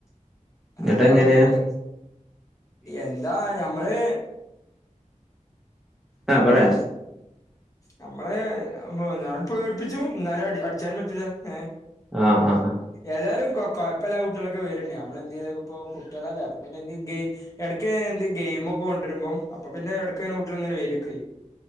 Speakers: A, in the centre; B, on the left (about 25°).
A: എന്നിട്ട്
B: അപ്പ
A: എങ്ങനെ
B: ഇങ്ങട്ട് എന്താ ഞമ്മള്
A: ആ പറേ
B: ഞമ്മളെ ആവുമ്പം ഞാ പേടിപ്പിച്ചു ന്നാലും അടി അടിച്ചാനും പറ്റൂല്ല ഏ
A: ആഹ് ആഹ്
B: ഏതായാലും കൊ കൊഴപ്പല്ല കുട്ടികളെക്കെ വരെണ്ട് നമ്മളെന്തെ യ്യാനാകുപ്പം കുട്ടികളല്ലേ അപ്പം പിന്നെ എന്ത് ഗേയ് ഇടയ്ക്ക് എന്ത് ഗെയിമൊക്കെ കൊണ്ടരുമ്പം അപ്പ പിന്നെ എടക്ക്ങ്ങനെ കുട്ടികളിങ്ങനെ വരു ഒക്കെയ്യും